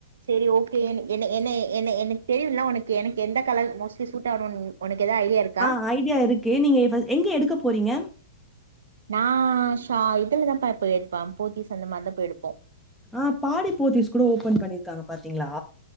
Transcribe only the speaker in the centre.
ஆ ஐடியா இருக்கு நீங்க எங்க எடுக்க போறீங்க
ஆ பாடி போத்தீஸ் கூட ஓப்பன் பண்ணிருக்காங்க பாத்தீங்களா